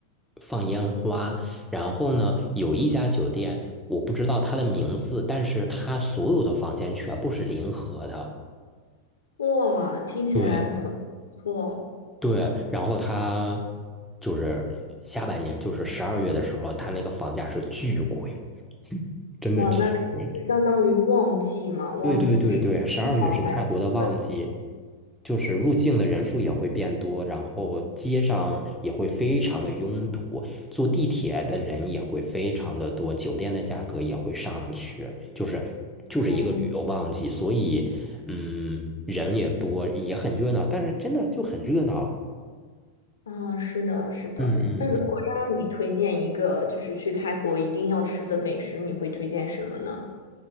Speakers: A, in the centre; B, on the left.
A: 放烟花，然后呢，有一家酒店，我不知道它的名字，但是它所有的房间全部是临河的。
B: 哇，听起来很不错哦。
A: 对对，然后它就是下半年，就是十二月的时候，它那个房价是巨贵，真的巨贵。
B: 哇，那个就相当于旺季嘛，旺季就是一房难求的这种。
A: 对对对对，十二月是泰国的旺季，就是入境的人数也会变多，然后街上也会非常的拥堵，坐地铁的人也会非常的多，酒店的价格也会上去，就是就是一个旅游旺季，
B: 嗯
A: 所以嗯，人也多，也很热闹，但是真的就很热闹。
B: 啊，是的，是的。
A: 嗯嗯
B: 那如果让你推荐一个，就是去泰国一定要吃的美食，你会推荐什么呢？